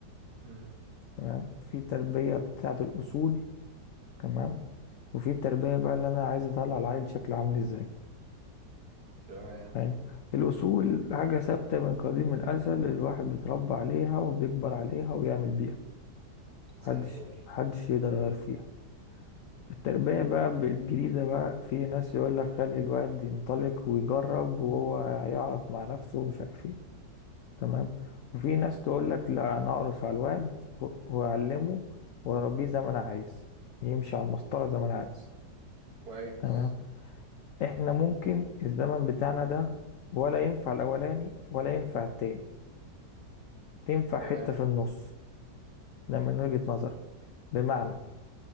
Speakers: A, on the right; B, on the left.
A: مم.
B: تمام في تربية بتاعة الأصول تمام وفي تربية بقى اللي أنا عايز أطلع العيل شكله عامل إزاي
A: تمام
B: يعني الأصول حاجة ثابتة من قديم الأزل الواحد بيتربى عليها وبيكبر عليها ويعمل بيها محدش
A: زي الفل
B: محدش يقدر يغير فيها التربية بقى بالجريدة بقى في ناس يقول لك خلي الواد ينطلق ويجرب وهو هيعرف مع نفسه ومش عارف ايه تمام وفي ناس تقول لك لا انا اقرص على الواد و- واعلمه واربيه زي ما انا عايز يمشي على المسطره زي ما انا عايز
A: كويس
B: تمام احنا ممكن الزمن بتاعنا ده ولا ينفع الاولاني ولا ينفع التاني تنفع
A: تمام
B: حته في النص ده من وجهه نظري بمعنى